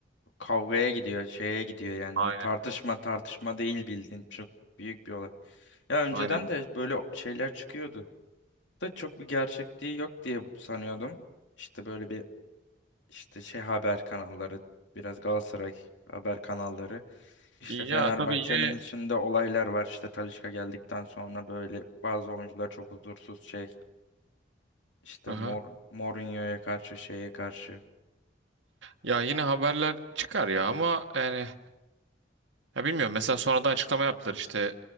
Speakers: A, on the left (about 70°); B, on the right (about 75°).
A: kavgaya gidiyor, şeye gidiyor yani.
B: Aynen.
A: Öyle tartışma tartışma değil bildiğin çok büyük bir olay. Ya önceden
B: Aynen.
A: de böyle şeyler çıkıyordu. Da çok bir gerçekliği yok diye sanıyordum. İşte böyle bir işte şey haber kanalları, biraz Galatasaray haber kanalları. İşte
B: Ya
A: Fenerbahçe'nin
B: tabii yine
A: içinde olaylar var. İşte Talisca geldikten sonra böyle bazı oyuncular çok huzursuz şey. İşte
B: aha.
A: Mor Mourinho'ya karşı şeye karşı.
B: Ya yine haberler çıkar ya ama yani ya bilmiyorum mesela sonradan açıklama yaptılar işte